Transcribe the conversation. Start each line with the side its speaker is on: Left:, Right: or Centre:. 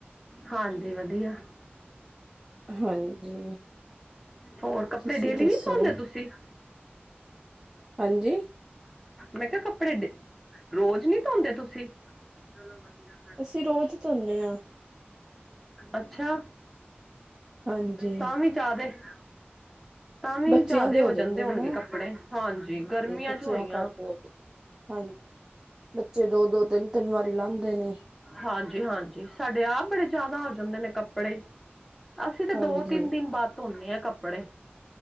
Centre: ਹਾਂਜੀ ਵਧੀਆ
Right: ਹਾਂਜੀ
Centre: ਹੋਰ ਕੱਪੜੇ
Right: ਤੁਸੀਂ
Centre: ਡੇਲੀ
Right: ਦੱਸੋ
Centre: ਨਹੀਂ ਸੌਂਦੇ ਤੁਸੀਂ
Right: ਹਾਂਜੀ
Centre: ਮੈਂ ਕਿਹਾ ਕੱਪੜੇ ਡ ਰੋਜ਼ ਨੀ ਧੋਂਦੇ ਤੁਸੀਂ ਚਲੋ ਵਧੀਆਂ
Right: ਅਸੀਂ ਰੋਜ਼ ਧੋਨੇ ਆ।
Centre: ਅੱਛਾ
Right: ਹਾਂਜੀ
Centre: ਤਾਂ ਵੀ <unintelligible> ਤਾਂ ਵੀ
Right: ਬੱਚਿਆਂ
Centre: ਜਾਦੇ
Right: ਦੇ
Centre: ਹੋ ਜਾਂਦੇ ਹੋਨਗੇ
Right: ਨੇ ਨਾ
Centre: ਕੱਪੜੇ ਹਾਂਜੀ ਗਰਮੀਆਂ
Right: ਬੱਚਿਆਂ
Centre: ਜੋ ਹੋਈਆਂ।
Right: ਕਰਕੇ ਹੋ ਜਾਂਦੇ। ਹਾਂਜੀ ਬੱਚੇ ਦੋ-ਦੋ ਤਿੰਨ-ਤਿੰਨ ਵਾਰੀ ਲਾਂਦੇ ਨੇ।
Centre: ਹਾਂਜੀ- ਹਾਂਜੀ ਸਾਡੇ ਆਪ ਬੜੇ ਜਿਆਦਾ ਹੋ ਜਾਂਦੇ ਨੇ ਕੱਪੜੇ ਅਸੀ ਤੇ
Right: ਹਾਂਜੀ
Centre: ਦੋ-ਤਿੰਨ ਦਿਨ ਬਾਦ ਧੋਨੇ ਆ ਕੱਪੜੇ